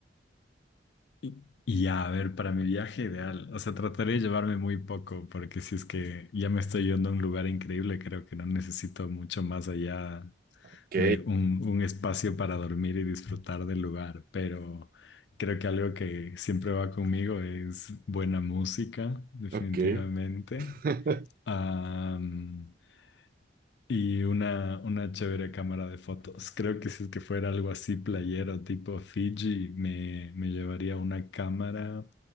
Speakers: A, on the left; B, on the right.
A: Y y ya, a ver, para mi viaje ideal, o sea, trataré de llevarme muy poco, porque si es que ya me estoy yendo a un lugar increíble, creo que no necesito mucho más allá
B: Ok,
A: de un, un espacio para dormir y disfrutar del lugar, pero creo que algo que siempre va conmigo es buena música, definitivamente.
B: ok. <laughs>
A: Am, y una, una chévere cámara de fotos. Creo que si es que fuera algo así playero, tipo Fiji, me, me llevaría una cámara